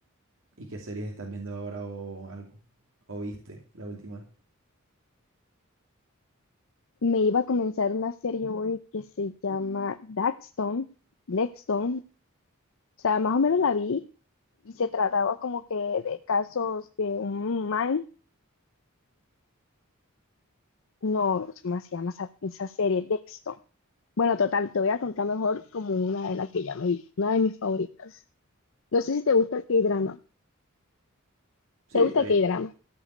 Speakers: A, on the right; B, on the left.
A: ¿Y qué series estás viendo ahora o algo? ¿O viste la última?
B: Me iba a comenzar una serie hoy que se llama Daxton, Blackstone. O sea, más o menos la vi y se trataba como que de casos de un man No, ¿cómo se llama esa, esa serie? Dexton. Bueno, total, te voy a contar mejor como una de las que ya me vi, una de mis favoritas. No sé si te gusta el K-drama.
A: Sí,
B: ¿Te
A: está
B: gusta el
A: bien.
B: K-drama?